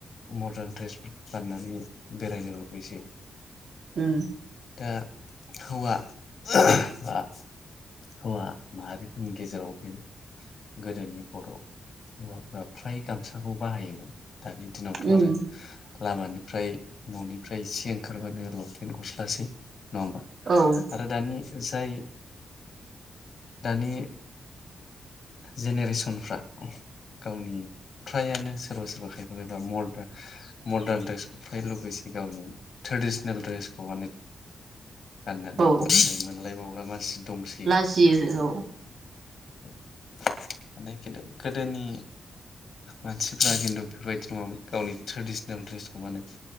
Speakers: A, on the left; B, on the right.
A: मर्दान ड्रेस गाननानै बेरायनो लुबैसै
B: उम
A: दा हौवा बा हौवा माहारिफोरनि गेजेराव बेनो गोदोनि बर' हौवाफ्रा फ्राय गामसाखौ बाहायोमोन दानि दिनावथ'
B: उम
A: आरो लामानिफ्राय न'निफ्राय एसे ओंखारबानो लंपेन्ट गस्लासै नङा होमबा
B: औ
A: आरो दानि जाय दानि जेनेरेसनफ्रा गावनि फ्रायानो सोरबा सोरबा खायफा खायफा मर्दान मर्दान ड्रेसखौ फ्राय लुबैसै गावनि ट्रेडिसनेल ड्रेसखौ अनेक गाननानै
B: औ
A: बस्थो मोनलायबावग्रा मानसि दंसै
B: लाजियो
A: आरो
B: औ
A: माने खिन्थु गोदोनि मानसिफ्रा खिन्थु बेफोरबायदि नङामोन गावनि ट्रेडिसनेल द्रेसखौ माने